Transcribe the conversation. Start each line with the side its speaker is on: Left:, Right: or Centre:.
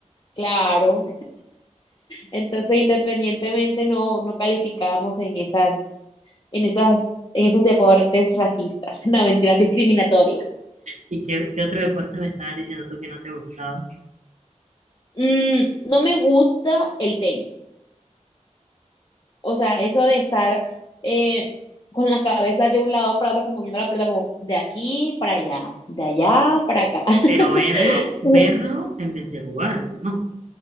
Left: claro. Entonces, independientemente, no, no calificábamos en esas, en esas, en esos deportes racistas, <laughs> no, mentiras discriminatorias.
Right: ¿Y qué, qué otro deporte me estabas diciendo tú que no te gustaba?
Left: Mm, no me gusta el tenis. O sea, eso de estar eh, con la cabeza de un lado para otro, como viendo la pelota, como de aquí para allá, de allá para acá.
Right: Pero verlo,
Left: <laughs>
Right: verlo en vez de jugarlo, ¿no?